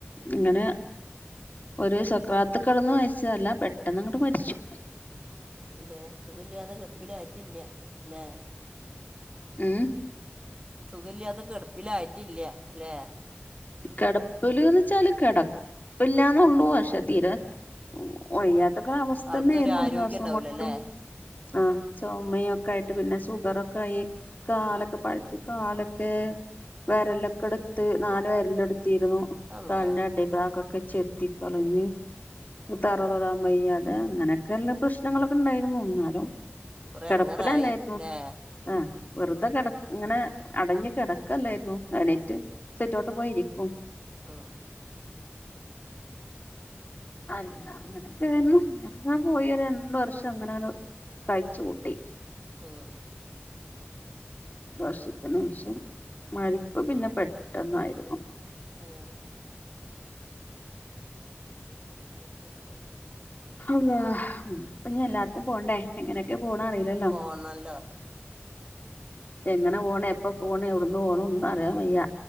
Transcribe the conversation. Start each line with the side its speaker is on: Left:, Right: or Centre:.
Left: ഇങ്ങനെ ഒരു സക്രാത്ത് കെടന്ന് മരിച്ചതല്ല പെട്ടെന്ന് അങ്ങോട്ട് മരിച്ചു
Right: ലെ സുഖല്ലാതെ കെട്പ്പില ആയിറ്റില്ല ല്ലേ
Left: ഉം
Right: സുഖല്ലാതെ കെട്പ്പിലായിറ്റില്ല ല്ലേ
Left: കെടപ്പില്ന്ന് ച്ചാല് കിടപ്പില്ലാന്നെള്ളൂ പക്ഷെ തീരെ വയ്യാത്തൊക്കെര അവസ്ഥ
Right: ആൾക്ക്
Left: തന്നെയ്രുന്നു
Right: ഒരു ആരോഗ്യം
Left: ആസാസമുട്ടും
Right: ഉണ്ടാവില്ല അല്ലേ
Left: ആഹ് ചുമയൊക്കെ ആയിട്ട് പിന്നെ ഷുഗറൊക്കെ ആയി കാലൊക്കെ
Right: ആ
Left: പഴുത്ത് കാലൊക്കെ വെരലൊക്കെ എടുത്ത് നാല് വെരൽ എടുത്തിരുന്നു.
Right: അല്ല
Left: കല്ന്റെ അടിഭാഗൊക്കെ ചെത്തികളഞ്ഞ് തറ തൊടാൻ വയ അതെ അങ്ങനെക്കെ ഇല്ല പ്രശ്നങ്ങളൊക്കെ ഉണ്ടായിരുന്നു. ഇന്നാലും
Right: കുറെ
Left: കിടപ്പിലല്ലായിരുന്നു.
Right: ഇറങ്ങറായി അല്ലേ
Left: ആഹ് വെറുതെ കേട ഇങ്ങനെ അടഞ് കിടക്കല്ലായിരുന്നു എണീറ്റ് സിടൗറ്റ് പോയിരിക്കും
Right: മം.
Left: അല്ല
Right: അത് ശരി
Left: അങ്ങനെയൊക്കെ ആരുന്നു അങ്ങനെക്കങ്ങനെ പോയി ഒര്രണ്ട് വർഷം അങ്ങനെ കഴിച് കൂട്ടി
Right: മം
Left: വർഷത്തിനേഷം മരിപ്പ് പിന്നെ പെട്ടെന്നായിരുന്നു.
Right: ഏഹ് അത് ശരി
Left: അല്ലാഹ് ഇപ്പൊ പിന്നെ എല്ലാർക്കും പോണ്ടേ എങ്ങനെയൊക്കെ പോവണെന്ന് അറിയില്ലല്ലോ
Right: ഒന്നല്ല.
Left: എങ്ങനെ പോണ് എപ്പ പോണ് എവിടന്ന് പോണന്ന് ഒന്നും അറിയാൻ വയ്യ.